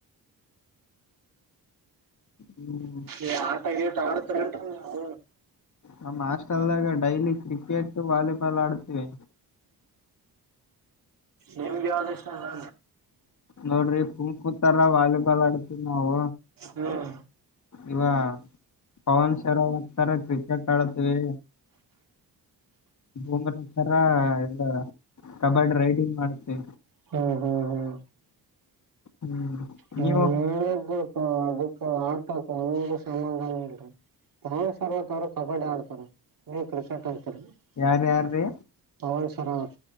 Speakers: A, on the left; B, on the right.
A: ಹ್ಮ್
B: ಈ ಆಟಗಿಟ್ ಆಡ್ <unintelligible>
A: ನಮ್ಮ ಹಾಸ್ಟೆಲ್ದಾಗ ಡೈಲಿ ಕ್ರಿಕೆಟ್ ವಾಲಿಬಾಲ್ ಆಡುತ್ತಿವಿ
B: ನಿಮ್ಗೆ ಯಾವ್ದ ಇಷ್ಟ ನಾ
A: ನೋಡ್ರಿ ಸುಮ್ಮ ಕುಂತು ಆರ ವಾಲಿಬಾಲ್ ಆಡ್ತೀವಿ ನಾವು
B: ಹ್ಮ್
A: ಇವ ಪವನ್ ಶರಾ ತರ ಕ್ರಿಕೆಟ್ ಆಡುತ್ತವಿ ಬೂಮ್ರ ತರ ಎಲ್ಲ ಕಬಾಡಿ ರೈಡಿಂಗ್ ಮಾಡುತ್ತೆ
B: ಹ್ಮ್ ಹ್ಮ್ ಹ್ಮ್
A: ಹ್ಮ್
B: ಹೇಳ
A: ನೀವು
B: ಅದಕ್ಕ ಆಟೋಕ್ ಒಂದ್ ಡೇಸ್ ಲೀವ್ ಇಲ್ಲ ಇಲ್ಲಿ ಹಾ ಸರ್ವ ತರ ಕಬಡ್ಡಿ ಆಡ್ತರ <unintelligible>
A: ಯಾರ್ಯಾರ್ರೀ